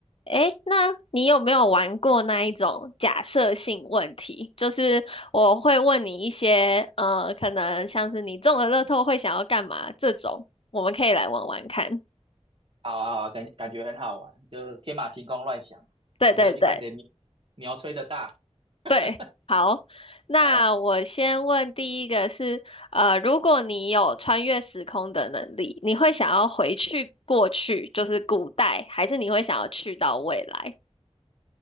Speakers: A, on the left; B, on the right.
A: 诶，那你有没有玩过那一种假设性问题？就是我会问你一些，呃，可能像是你中了乐透会想要干嘛这种，我们可以来玩玩看。
B: 好啊，好啊，感感觉很好玩，就是天马行空乱想，
A: 对对对
B: 反正就看谁牛牛吹的大。<laughs>
A: 对，好。那我先问第一个是，
B: 好，
A: 呃，如果你有穿越时空的能力，你会想要回去过去，就是古代，还是你会想要去到未来？